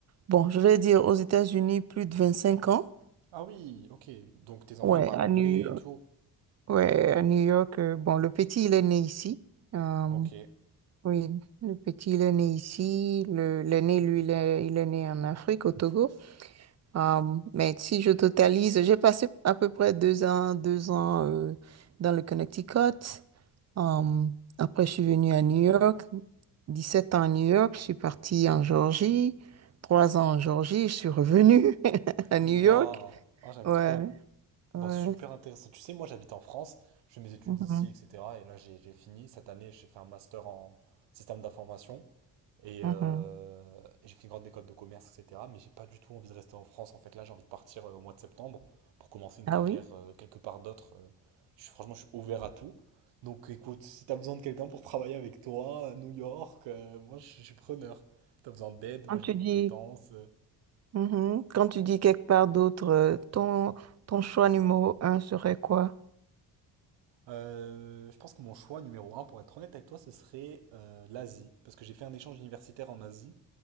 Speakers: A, on the right (about 40°); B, on the right (about 80°).
A: bon, je vais dire aux États-Unis, plus de 25 ans.
B: Ah oui, ok. Donc tes enfants,
A: Ouais,
B: ils parlent
A: à
B: anglais
A: New York.
B: et tout.
A: Ouais, à New York. euh, bon, le petit, il est né ici. Euh,
B: Ok.
A: Oui, le petit, il est né ici. Le, l'aîné, lui, il est, il est né en Afrique, au Togo. Euh, mais si je totalise, j'ai passé à peu près deux ans, deux ans euh, dans le Connecticut. Euh, après, je suis venue à New York. 17 ans à New York. Je suis partie en Géorgie. Trois ans en Géorgie. Je suis revenue <laughs> à New
B: Waouh.
A: York.
B: Ah, j'aime
A: Ouais,
B: trop.
A: ouais.
B: Bah, super intéressant. Tu sais, moi j'habite en France, je fais mes études
A: Mhm,
B: ici, etc. Et là j'ai j'ai fini. Cette année, j'ai fait un master en système d'information. Et,
A: mhm.
B: euh, et j'ai fait une grande école de commerce, etc. Mais j'ai pas du tout envie de rester en France. En fait, là j'ai envie de partir euh, au mois de septembre pour commencer une
A: Ah
B: carrière
A: oui?
B: euh, quelque part d'autre. Euh, je suis, franchement, je suis ouvert à tout. Donc écoute, si t'as besoin de quelqu'un pour travailler avec toi à New York, euh, moi je suis je suis preneur. Si T'as besoin d'aide,
A: Quand
B: moi j'ai
A: tu
B: des
A: dis
B: compétences. euh,
A: Mhm. Quand tu dis quelque part d'autre, euh, ton, ton choix numéro un serait quoi?
B: Euh, je pense que mon choix numéro un, pour être honnête avec toi, ce serait euh, l'Asie, parce que j'ai fait un échange universitaire en Asie